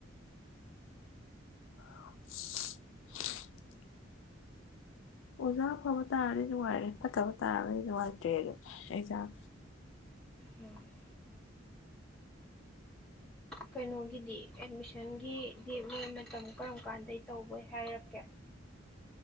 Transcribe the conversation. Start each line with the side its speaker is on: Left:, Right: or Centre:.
Left: <inaudible> ꯑꯣꯖꯥ ꯑꯐꯕ ꯇꯥꯔꯗꯤ ꯅꯨꯡꯉꯥꯢꯔꯦ ꯐꯠꯇꯕ ꯇꯥꯔꯒꯗꯤ ꯅꯨꯡꯉꯥꯢꯇ꯭ꯔꯦ ꯑꯗꯨꯝ ꯑꯦꯛꯖꯥꯝ
Centre: ꯎꯝ ꯀꯩꯅꯣꯒꯤꯗꯤ ꯑꯦꯠꯃꯤꯁꯟꯒꯤꯗꯤ ꯃꯣꯏ ꯃꯇꯝ ꯀꯔꯝ ꯀꯥꯟꯗꯩ ꯇꯧꯕꯣꯏ ꯍꯥꯏꯔꯛꯀꯦ